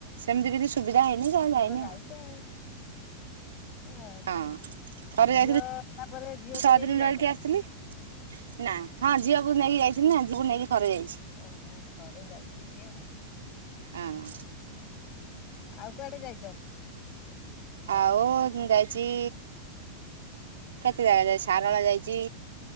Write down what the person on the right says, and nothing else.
ସେମିତି କିଛି ସୁବିଧା ହେଇନି
କି
ଆଉ ଯାଇନି ଆଉ।
ହଁ ଥରେ
ଯାଇଥିଲି
ଛଅ
ଦିନ ରହିକି
ଆସିଥିଲି ନା ହଁ ଝିଅକୁ ନେଇକି ଯାଇଥିନା ଝିଅ ନେଇକି ଥରେ ଯାଇଛି।
ଆଁ।
ଆଉ ଯାଇଚି କେତେ ଜାଗା ଯାଇଛି ସାରଳା ଯାଇଚି